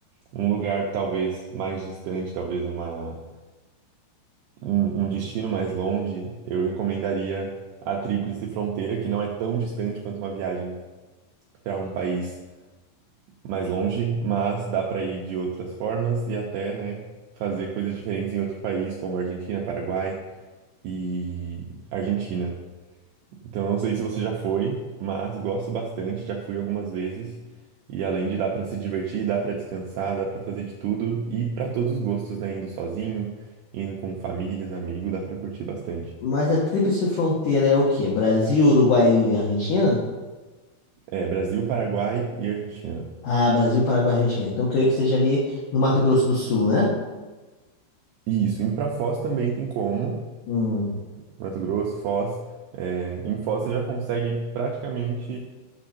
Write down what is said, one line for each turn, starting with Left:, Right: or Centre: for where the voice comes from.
Right: um lugar talvez mais distante, talvez uma, um, um destino mais longe, eu recomendaria a Tríplice Fronteira, que não é tão distante quanto uma viagem para um país mais longe, mas dá para ir de outras formas e até, né, fazer coisas diferentes em outro país, como Argentina, Paraguai e Argentina. Então, não sei se você já foi, mas gosto bastante, já fui algumas vezes. E além de dar pra se divertir, dá pra descansar, dá pra fazer de tudo e pra todos os gostos, né? Indo sozinho, indo com famílias, amigos, dá pra curtir bastante.
Left: Mas a tríplice fronteira é o quê? Brasil, Uruguai e Argentina?
Right: É, Brasil, Paraguai e Argentina.
Left: Ah, Brasil, Paraguai e Argentina. Então, creio que seja ali no Mato Grosso do Sul, né?
Right: Isso, indo pra Foz também tem como,
Left: Hum,
Right: Mato Grosso, Foz. É, em Foz você já consegue praticamente